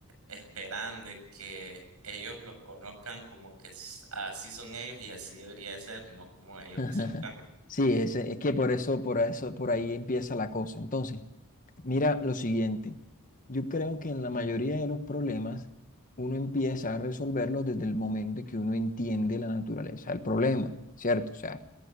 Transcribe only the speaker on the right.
esperan de que ellos los conozcan como que s- así son ellos y así debería de ser, no como ellos
hacer un cambio.